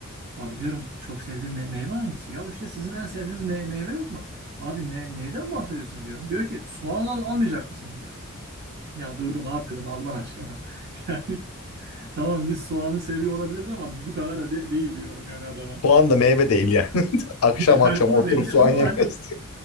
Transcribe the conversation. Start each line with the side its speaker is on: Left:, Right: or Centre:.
Right: Abi diyorum çok sevdiğim me- meyve hangisi? Ya işte sizin en sevdiğiniz me- meyve yok mu? Abi ne neyden bahsediyorsun diyorum. Diyor ki soğan al almayacak mısın diyor. Ya durdum abi dedim Allah aşkına. <laughs> Yani Tamam biz soğanı seviyor olabiliriz ama bu kadar da de- değil diyorum yani adama.
Left: Soğan da meyve değil yani. <laughs> Akşam
Right: <laughs>
Left: akşam
Right: Yani
Left: oturup
Right: o da meyve
Left: soğan
Right: ama
Left: yemiyorsun.
Right: hani